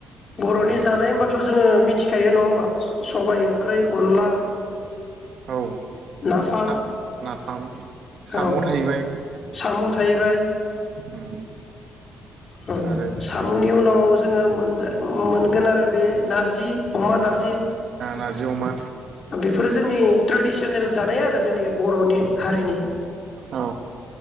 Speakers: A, on the left; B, on the right.
A: बर'नि जानाय होनबाथ' जोङो मि थिखायो नङा होमबा स सबाइ ओंख्रि अनला
B: औ
A: नाफाम
B: सा नाफाम साम'
A: औ
B: थाहैबाय
A: साम' थाहैबाय
B: उम
A: औ
B: आरो बिथिं
A: साम'नि
B: ओ
A: उनाव ज जोङो मोनजा मोमोनगोन आरो। बे नारजि अमा नारजि
B: नारजि अमा
A: बेफोरो जोंनि ट्रेडिसनेल जानाय आरो जोंनि बर'नि हारिनि
B: औ